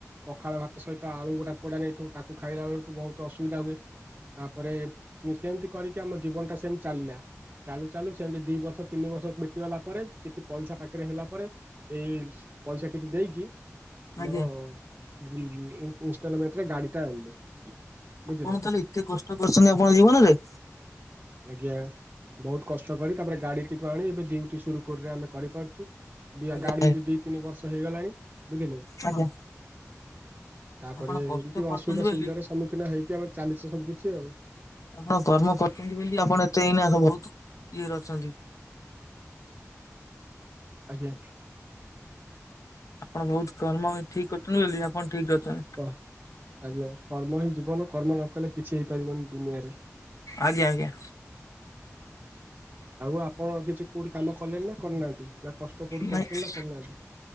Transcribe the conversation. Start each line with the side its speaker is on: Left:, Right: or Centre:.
Right: ପଖାଳ ଭାତ ସହିତ ଆଳୁ ଗୋଟା ପୋଡା ନେଇଥିବୁ ତାକୁ ଖାଇଲା ବେଳକୁ ବହୁତ ଅସୁବିଧା ହୁଏ। ତାପରେ ମୁଁ ସେମତି କରିକି ଆମ ଜୀବନ ଟା ସେମତି ଚାଲିଲା। ଚାଲୁ ଚାଲୁ ସେମତି ଦି ବର୍ଷ ତିନି ବର୍ଷ ବତିଗଲା ପରେ କିଛି ପଇସା ପାଖରେ ହେଲା ପରେ ଏ ପଇସା କିଛି ଦେଇକି ତମର
Left: ଆଜ୍ଞା
Right: ଇଁ ଇଁ ଇନଷ୍ଟଲମେଣ୍ଟ ରେ ଗାଡି ଟା ଆଣିଲୁ। ବୁଝିଲେ
Left: ଆପଣ ତାହେଲେ ଏତେ କଷ୍ଟ କରିଛନ୍ତି ଆପଣଙ୍କ ଜୀବନରେ?
Right: ଆଜ୍ଞା। ବହୁତ କଷ୍ଟ କରି ତାପରେ ଗାଡିଟିକୁ ଆଣି ଏବେ ଡୁଟି ସୁରୁଖୁରୁରେ ଆମେ କରିପାରୁଛୁ। ଦିଆ
Left: ଆଜ୍ଞା
Right: ଗାଡି ଟି ଦି ତିନି ବର୍ଷ ହେଇଗଲାଣି। ବୁଝିଲୁ
Left: ଆଜ୍ଞା
Right: ତାପରେ
Left: ଆପଣ
Right: ଏମିତି
Left: କଷ୍ଟ
Right: ଅସୁବିଧା
Left: କରୁଛନ୍ତି ବୋଲି
Right: ସୁବିଧାର ସମ୍ମୁଖୀନ ହେଇକି ଆମେ ଚାଲିଛେ ସବୁ କିିଛି ଆଉ
Left: ଆପଣ କର୍ମ କରୁଛନ୍ତି ବୋଲି ଆପଣ ଏତେ ଏଇନା ସବୁ ବହୁତ ଇଏରେ ଅଛନ୍ତି।
Right: ଆଜ୍ଞା।
Left: ଆପଣ ବହୁତ କର୍ମ ଠିକ କରୁଛନ୍ତି ବୋଲି ଆପଣ ଠିକ ଅଛନ୍ତି
Right: କୁହ? ଆଜ୍ଞା କର୍ମ ହିଁ ଜୀବନ କର୍ମ ନ କଲେ କିଛି ହେଇପାରିବନି ଦୁନିଆରେ।
Left: ଆଜ୍ଞା ଆଜ୍ଞା।
Right: ଆଉ ଆପଣ କିଛି କୋଉଠି କାମ କଲେଣି ନା କରିନାହାନ୍ତି। ନା କଷ୍ଟ କୋଉଠି
Left: ନାଇଁ
Right: କରୁଛନ୍ତି ନା କରୁନାହାନ୍ତି?